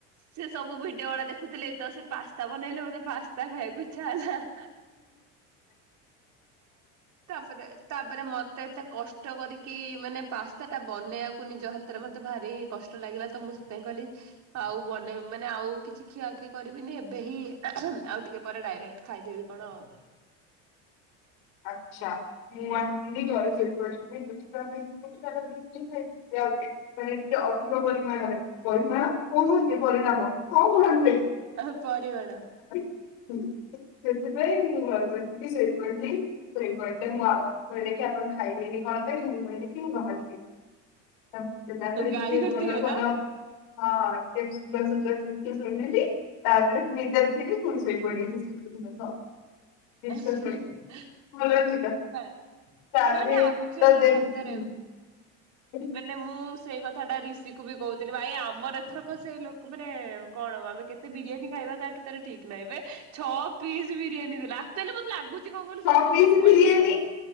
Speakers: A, on the right; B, on the left.
A: ସେ ସବୁ ଭିଡିଓ ଗୁଡା ଦେଖୁଥିଲେ ତ ସେ ପାସ୍ତା ବନେଇଲେ ମୋତେ ପାସ୍ତା ଖାଇବାକୁ ଇଚ୍ଛା <unintelligible> ତାପରେ ତାପରେ ମତେ ଏତେ କଷ୍ଟ କରି କି ମାନେ ପାସ୍ତା ଟା ବନେଇବାକୁ ନିଜ ହାତରେ ମତେ ଭାରି କଷ୍ଟ ଲାଗିଲା ତ ମୁଁ ସେଥିପାଇଁ କହିଲି ଆଉ ବନେଇ ମାନେ ଆଉ କିଛି ଖିଆଖିଆ କରିବିନି ଏବେ ହିଁ ଆଉ ଟିକେ ପରେ ଡାଇରେକ୍ଟ ଖାଇଦେବି କଣ। ହଁ।
B: <inaudible> ଆଚ୍ଛା ମୁଁ ଆସିଥିଲି ଘରେ ଶୋଇପଡିଥିଲି। <unintelligible> ମାନେ ଟେ ଅଧିକ ପରିମାଣରେ ପରିମାଣ କହୁଛି ପରିଣାମ କଣ କୁହନ୍ତି ବେ।
A: ଆ ପରିମାଣ।
B: ସେଥିପାଇଁ ମୁଁ ଦେଖିକି ଶୋଇପଡ଼ିଲି। ଶୋଇପଡିଲେ ମୁଁ ଆଗ କହି ଦେଖି ଆପଣ ଖାଇବେନି କଣ ପାଇଁ ମୁଁ କହିଲି କି ମୁଁ ବାହାରୁ ତାପରେ
A: ଗାଳି
B: ଟିକେ
A: କରିଥିବେ
B: ଭଲ ଭଲ
A: ତ
B: ହଁ ଟେ ସୁନ୍ଦର ସୁନ୍ଦର ଜିନିଷ ଶୁଣିଲି ଟିକେ ତାପରେ <unintelligible> ପୁଣି ଶୋଇ ପଡିଲି। <unintelligible>
A: <unintelligible>
B: ଜିନିଷ <unintelligible>
A: ବା
B: ତାପରେ
A: ମାନେ ଆକ୍ଚୁଲି
B: ତ ଯେମିତି
A: ସତରେ
B: ହଁ
A: ମାନେ ମୁଁ ସେଇ କଥା ଟା ରିଷି କୁ ବି କହୁଥିଲି ଭାଇ ଆମର ଏଥରକ ସେଇ ଲୋକ ମାନେ କଣ ଆମେ କେତେ ବିରିୟାନୀ ଖାଇ ଖାଇବା ତାଠୁ ତାର ଠିକ ନାହିଁବେ। ଛଅ ପିସ୍ ବିରିୟାନୀ ଦେଲା ଆକ୍ଟୁଲି ମତେ ଲାଗୁଛି କଣ କହିଲୁ
B: ଛଅ
A: ସେମିତି
B: ପିସ୍
A: ସବୁବେଳେ
B: ବିରିୟାନୀ
A: ତବନି।